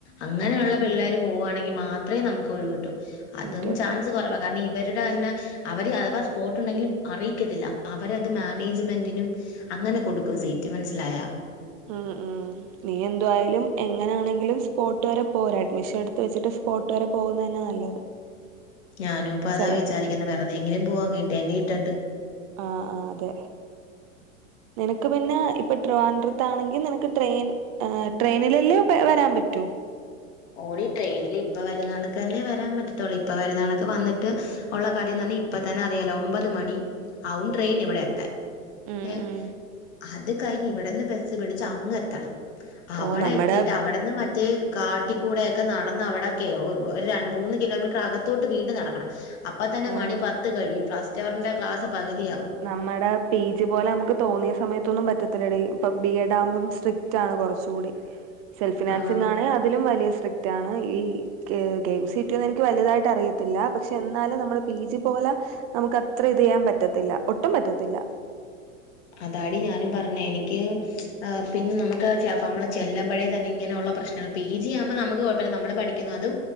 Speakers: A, on the left; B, on the right.
A: അങ്ങനെയുള്ള
B: ആഹ്
A: പിള്ളേര്
B: ആഹ്
A: പോവാണെങ്കി മാത്രേ നമുക്കൊഴിവ് കിട്ടു. അതും
B: സീറ്റ് കിട്ടും
A: ചാൻസ് കൊറവാ കാരണം ഇവരുടെ തന്നെ അവര് അഥവാ സ്പോട്ടു- ണ്ടെങ്കിലും അറിയിക്കത്തില്ല അവരത് മാനേജ്മെന്റിനും അങ്ങനെ കൊടുക്കും സീറ്റ് മൻസ്സിലായാ
B: ഉം ഉം നീ എന്തുവായാലും എങ്ങനാണെങ്കിലും സ്പോട്ട് വരെ പോ ഒരഡ്മിഷനെടുത്ത് വെച്ചിട്ട് പോട്ട് വരെ പോകുന്നെന്നാ നല്ലത്.
A: ഞാനുപ്പതാ
B: ചെലപ്പം
A: വിചാരിക്കുന്ന വെറുതെങ്കിലും പോവ കിട്ടിയെങ്കി കിട്ടട്ട്
B: ആഹ് ആഹ് തെ നിനക്ക് പിന്നെ ഇപ്പ ട്രിവാൻഡ്രത്താണെങ്കി നിനക്ക് ട്രെയിൻ ഏ ട്രെയിനിലല്ലേ പ വരാൻ പറ്റൂ
A: ഓളി ട്രെയിനില് ഇപ്പ വരുന്നണക്ക് തന്നെ വരാൻ പറ്റത്തുള്ളൂ ഇപ്പ വരുന്നണക്ക് വന്നിട്ട് ഒള്ള കഥന്നെന്നിപ്പ
B: ഉം
A: തന്നെ അറിയാലോ ഒമ്പത് മണി ആവും ട്രെയിനിവിടെ എത്താൻ
B: ഉം
A: ഏഹ്
B: ഉം
A: അത് കഴിഞ്ഞിവിടെന്ന് ബസ് പിടിച്ചങ്ങെത്തണം
B: ഓ
A: അവടെ
B: നമ്മടെ
A: എത്തീട്ടവിടെന്ന് മറ്റേ കാട്ടി കൂടെക്കെ നടന്ന് അവിടൊക്കെയോ ഒര മൂന്ന് കിലോമീറ്റർ അകത്തോട്ട് വീണ്ടും നടക്കണം അപ്പ തന്നെ
B: ആഹ്
A: മണി പത്ത് കഴിയും ഫസ്റ്റവറിന്റെ ക്ലാസ് പകുതിയാവും
B: നമ്മുടെ പി ജി പോലെ നമുക്ക് തോന്നിയ സമയത്തൊന്നും പറ്റത്തില്ലെടി ഇപ്പ ബി എഡ് ആമ്പം സ്ട്രിക്റ്റ് ആണ് കൊർച്ചൂടി സെൽഫിനാൻസിംഗാണ്
A: ആഹ്.
B: അതിലും വലിയ സ്ട്രിക്റ്റാണ് ഈ ക്ക് കെ എം സി ട്ടി ന്ന് എനിക്ക് വല്യതായിട്ടറിയത്തില്ല പക്ഷെ ന്നാലും നമ്മള് പി ജി പോല നമുക്കത്രെ ത് യാൻ പറ്റത്തില്ല ഒട്ടും പറ്റത്തില്ല
A: അതാടി ഞാനും പറഞ്ഞെ എനിക്ക് എ പിന്നെ നമുക്ക് ചെ പമ്മള് ചെല്ലുമ്പഴേ തന്നെ ഇങ്ങനെയുള്ള പ്രശ്നങ്ങൾ പി ജി ആമ്പ നമ്മക്ക് കൊഴപ്പമില്ല നമ്മള് പഠിക്കുന്നതും